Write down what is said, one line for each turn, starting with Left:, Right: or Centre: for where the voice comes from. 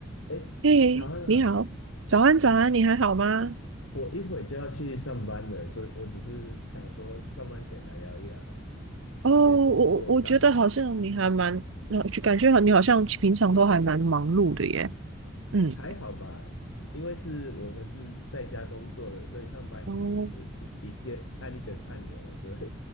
Left: 哎，
Right: 嘿，
Left: 早安啊！
Right: 你好，早安，早安，你还好吗？
Left: 我一会就要去上班了，所以我只是想说，上班前来聊一聊
Right: 哦，
Left: 一些工作上的心情，
Right: 我我觉得好像你还蛮，呃就感觉好你好像平常都还蛮忙碌的耶。嗯，
Left: 还好吧？因为是我们是在家工作的，所以上班其实是一一键按一个按钮就
Right: 哦，
Left: <laughs>